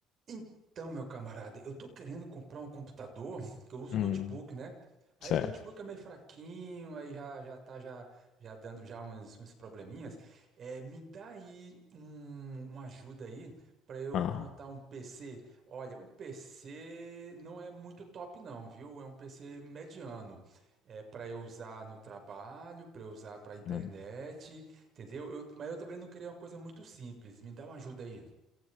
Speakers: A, on the right (about 40°); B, on the left (about 55°).
A: Então, meu camarada, eu tô querendo comprar um computador, que eu uso
B: Hum,
A: notebook, né? Aí
B: certo.
A: o notebook é meio fraquinho, aí já, já tá já, já dando já uns, uns probleminhas. É, me dá aí um, uma ajuda aí para eu
B: Ah,
A: montar um PC. Olha, o PC não é muito top não, viu? É um PC mediano. É para eu usar no trabalho, para eu usar para internet,
B: hum,
A: entendeu? Eu- mas eu também não queria uma coisa muito simples. Me dá uma ajuda aí.